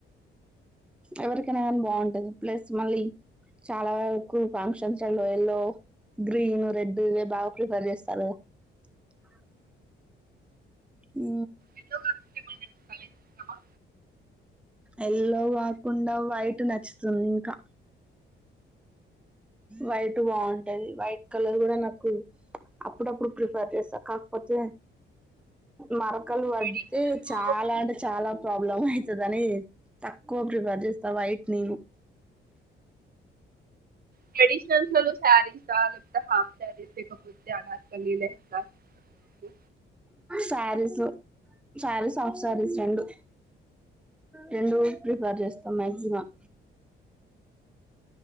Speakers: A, in the centre; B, on the right.
A: ఎవరికైనా కానీ బాగుంటది ప్లస్ మళ్ళీ చాలా వరకు ఫంక్షన్స్ లల్లో ఎల్లో గ్రీన్ రెడ్డు ఇవే బాగా ప్రిఫర్ చేస్తారు కదా ఉ..
B: ఎల్లో కాకుండా ఏమైనా కలర్ ఇష్టమా
A: ఎల్లో కాకుండా వైట్ నచ్చుతుంది ఇంకా వైట్ బాగుంటది వైట్ కలర్ కూడ నాకు అప్పుడప్పుడు ప్రిఫర్ చేస్తా కాకపోతే మర పక్కలు పడితే
B: ట్రెడిషనల్
A: చాలా అంటే చాల ప్రాబ్లం అయి కని తక్కువ ప్రిఫేర్ చేస్తా వైట్ నేను
B: ట్రెడిషనల్స్ లలో సారీస్ల్ హాఫ్ సారీస్ లేకపోతే అనార్కలి లే నాకు
A: శారీసు శారీస్ ఆఫ్ శారీస్ రెండు రెండు ప్రిఫర్ చేస్తాం మ్యాక్సిమం